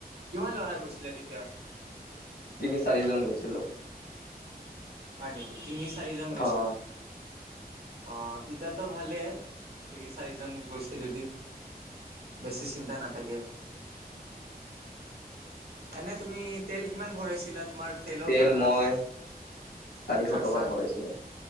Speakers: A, on the right; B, on the left.
A: কিমান ল'ৰা গৈছিলে তেতিয়া
B: তিনি, চাৰিজন গৈছিলোঁ।
A: হয় নেকি। তিনি, চাৰিজন গৈছিলে
B: অ
A: অ' তেতিয়াতো ভালেই তিনি, চাৰিজন গৈছে যদি। বেছি চিন্তা নাথাকে। এনে তুমি তেল কিমান ভৰাইছিলা? তোমাৰ তেলৰ
B: তেল
A: খা-
B: মই চাৰিশ
A: খৰচা
B: টকাৰ ভৰাইছিলো